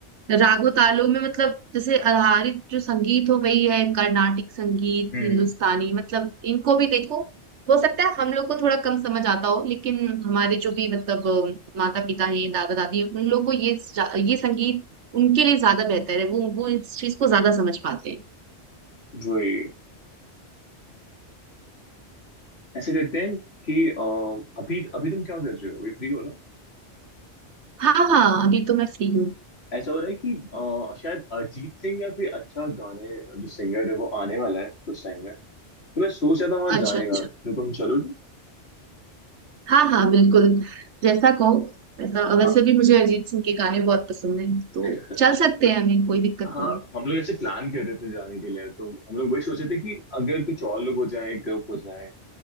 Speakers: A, on the right (about 80°); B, on the left (about 60°).
A: रागो तालों में मतलब जैसे आधारित जो संगीत हो वही है कर्नाटिक संगीत
B: हम्म
A: हिंदुस्तानी मतलब इनको भी देखो हो सकता है हम लोग को थोड़ा कम समझ आता हो लेकिन हमारे जो भी मतलब माता पिता हैं दादा दादी हैं, उन लोग को ये ये संगीत उनके लिए ज्यादा बेहतर है वो वो इस चीज को ज्यादा समझ पाते हैं
B: वही ऐसे करते हैं कि अ, अभी अभी तुम क्या कर रहे हो अभी फ्री हो
A: हाँ हाँ अभी तो मैं फ्री हूँ
B: ऐसा हो रहा है कि अ, शायद अरिजीत सिंह या कोई अच्छा गाने जो सिंगर है वो आने वाला है कुछ टाइम में तो मैं सोच रहा था वहां
A: अच्छा
B: जाने
A: अच्छा
B: का तो तुम चलोगी
A: हाँ हाँ बिल्कुल जैसा कहो वैसा
B: हाँ
A: वैसे भी मुझे अरिजीत सिंह के गाने बहुत पसंद है तो
B: <laughs>
A: चल सकते
B: तो
A: हैं हमें कोई दिक्कत
B: हाँ
A: नहीं है
B: हम लोग ऐसे प्लान कर रहे थे जाने के लिए तो हम लोग वही सोचे थे कि अगर कुछ और लोग हो जाए ग्रुप हो जाए